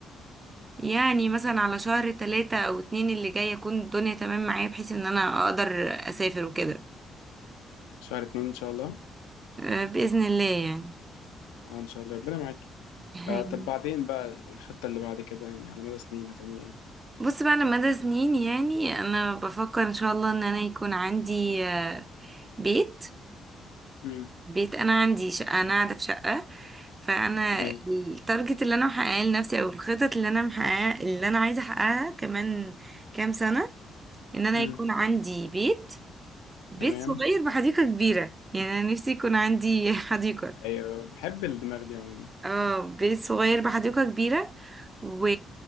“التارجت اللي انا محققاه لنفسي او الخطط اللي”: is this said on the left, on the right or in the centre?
Right